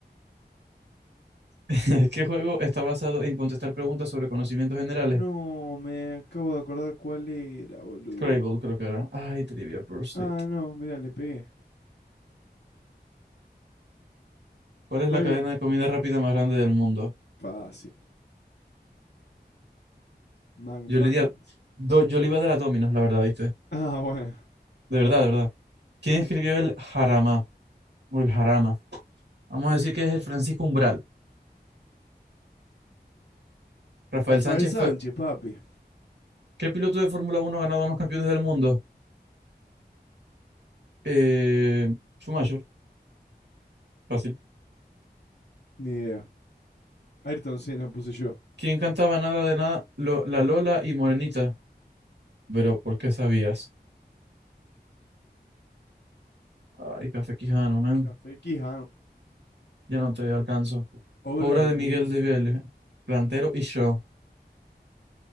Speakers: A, on the right; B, on the left.
A: <laughs> ¿Qué juego está basado en contestar preguntas sobre conocimientos generales?
B: No, me acabo de acordar cuál era, boludo.
A: Scrabble, creo que era. Ay, Trivia Pursuit.
B: Ah, no, mira, le pegué.
A: ¿Cuál es
B: ¿Cuál
A: la cadena
B: es la...?
A: de comida rápida más grande del mundo?
B: Fácil. McDonald's.
A: Yo le di do- yo le iba a dar a Domino's, la verdad, ¿viste?
B: Ah, bueno.
A: De verdad, de verdad. ¿Quién escribió el Jarama? O el Jarama. Vamos a decir que es el Francisco Umbral. Rafael
B: Rafael
A: Sánchez
B: Sánchez,
A: fue...
B: papi.
A: ¿Qué piloto de Fórmula Uno ha ganado más campeones del mundo? Eh... Schumacher. Fácil.
B: Ni idea. Ayrton Senna puse yo.
A: ¿Quién cantaba nada de nada? Lo- la Lola y Morenita. Pero, ¿por qué sabías? Ay, Café Quijano, man.
B: Café Quijano.
A: Ya no te alcanzo.
B: Obra
A: Obra
B: de
A: de
B: Miguel.
A: Miguel de Vélez. Plantero y yo.